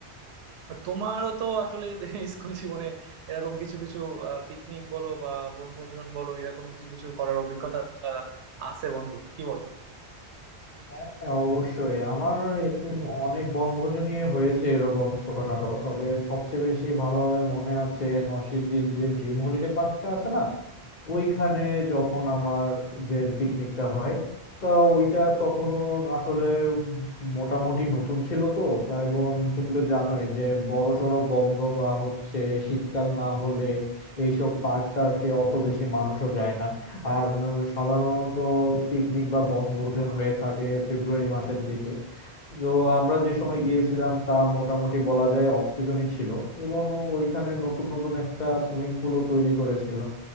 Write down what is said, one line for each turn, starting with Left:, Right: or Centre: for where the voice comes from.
Right: তোমারও তো আসলে <laughs> স্কুল জীবনে এরকম কিছু কিছু পিকনিক বলো বা বনভোজন বলো এরকম কিছু কিছু করার অভিজ্ঞতা আহ, আছে বন্ধু কি বলো
Left: হ্যাঁ হ্যাঁ, অবশ্যই আমার এ তো অনেক বনভোজনই হয়েছে এরকম ছোটখাটো তবে সবচেয়ে বেশি ভালোভাবে মনে আছে নরসিংদীর যে ড্রিম হলিডে পার্কটা আছে না ওইখানে যখন আমাদের পিকনিকটা হয় তা ওইটা তখনও আসলে মোটামুটি নতুন ছিল তো তা এবং তুমি তো জানোই যে বড়সড় বন্ধ বা হচ্ছে শীতকাল না হলে এইসব পার্ক টার্কে অত বেশি মানুষও যায় না আর সাধারণত পিকনিক বা বনভোজন হয়ে থাকে ফেব্রুয়ারি মাসের দিকে তো আমরা যে সময় গিয়েছিলাম তা মোটামুটি বলা যায় অফ সিজনই ছিল এবং ওইখানে নতুন নতুন একটা সুইমিং পুলও তৈরি করেছিল